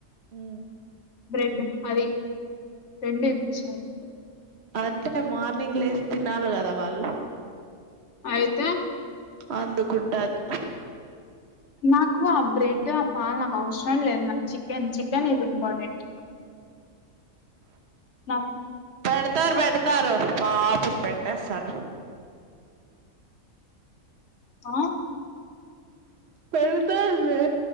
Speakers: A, on the right (about 50°); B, on the left (about 60°).
A: ఉమ్.
B: బ్రెడ్ అవే రెండు ఇచ్చారు.
A: అదంటే నే మార్నింగ్ లేసి తినాలి కదా వాళ్ళు.
B: ఆయతే
A: అందుకుంటది
B: నాకు ఆ బ్రెడ్ ఆ పాల్ నాకు అవసరం లేదు నాకు చికెన్ చికెన్ ఇజ్ ఇంపార్టెంట్ నా
A: పెడతారు పెడతారు పాపం పెట్టేస్తారు
B: ఆ
A: పెరుగుత క లే